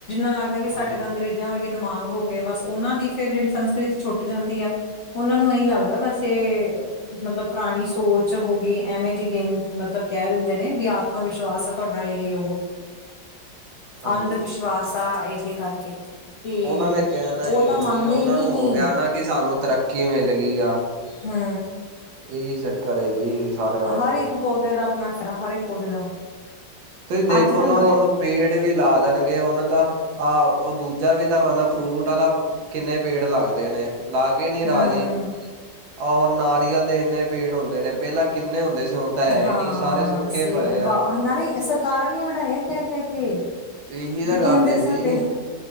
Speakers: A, on the left; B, on the right.
A: ਲੱਗਦਾ ਵੀ ਸਾਡੇ
B: ਹਾਂਜੀ
A: ਤਾਂ ਅੰਗਰੇਜ਼ਾਂ ਵਰਗੇ ਦਿਮਾਗ ਹੋਗੇ ਬੱਸ, ਉਹਨਾਂ ਦੀ ਫਿਰ ਜਿਹੜੀ ਸੰਸਕ੍ਰਿਤੀ ਛੁਟ ਜਾਂਦੀ ਐ। ਉਹਨਾਂ ਨੂੰ ਇਹੀ ਲੱਗਦਾ, ਬੱਸ ਇਹ ਮਤਲਬ ਪੁਰਾਣੀ ਸੋਚ ਹੋ ਗਈ। ਐਵੇਂ ਜਿ ਗਿਣ ਮਤਲਬ ਕਹਿ ਦਿੰਦੇ ਨੇ ਵੀ ਬਈ ਆਤ ਤਮ ਵਿਸ਼ਵਾਸ ਆ ਤੁਹਾਡਾ ਇਹੇ ਉਹ,
B: ਹਾਂਜੀ।
A: ਅੰਧ ਵਿਸ਼ਵਾਸ ਆ, ਇਹੇ ਕਰਕੇ। ਤੇ
B: ਉਹਨਾਂ ਨੇ ਕਹਣਾ ਹੀ
A: ਉਹ ਤਾਂ
B: ਹੈ
A: ਮੰਨਦੇ
B: ਜੀ, ਉਹਨਾਂ
A: ਹੀ
B: ਨੂੰ
A: ਨਹੀਂ
B: ਹੋ ਗਿਆ ਨਾ, ਕਿ ਸਾਨੂੰ ਤਰੱਕੀ ਮਿਲ ਗਈ ਆ।
A: ਹੂੰ।
B: ਏਹੀ, ਚੱਕਰ ਏ ਜੀ ਸਾਰੇ ਬੱਸ।
A: ਹਰ ਇੱਕ ਪੌਦੇ ਦਾ, ਆਪਣਾ ਸਰਾ ਹਰ ਇੱਕ ਪੌਦੇ ਦਾ।
B: ਤੁਸੀਂ, ਦੇਖੋ।
A: ਅੱਜ ਕੱਲ੍ਹ
B: ਨਾ ਹੁਣ ਪੇੜ ਵੀ ਲਾ ਦੇਣਗੇ। ਹੁਣ ਤਾਂ ਆਹ ਉਹ ਦੂਜਾ ਵੀ ਤਾਂ, ਮਤਲਬ ਫਰੂਟ ਵਾਲਾ। ਕਿੰਨੇ ਪੇੜ ਲੱਗਦੇ ਨੇ, ਲਾ ਕੇ ਨੀ ਰਾਜੀ,
A: ਹਮ
B: ਔ ਨਾ ਨਾਰੀਅਲ ਦੇ ਇੰਨੇ ਪੇੜ ਹੁੰਦੇ ਨੇ। ਪਹਿਲਾਂ ਕਿੰਨੇ ਹੁੰਦੇ ਸੀ। ਹੁਣ ਤਾਂ ਹੈ
A: ਹਾਂ
B: ਹੀ ਨਹੀਂ, ਸਾਰੇ ਸੁੱਕੇ
A: ਸਹੀ
B: ਪਏ
A: ਗੱਲ
B: ਆ।
A: ਵਾਹ ਨਾਲੇ ਸਰਕਾਰਾਂ ਨੇ ਵੜਾਇਆ, ਕਹਿ-ਕਹਿ ਕੇ
B: ਇਹੀ ਤਾਂ
A: ਵੀ ਕਹਿੰਦੇ,
B: ਗੱਲ ਹੈ
A: ਸਾਡੇ।
B: ਜੀ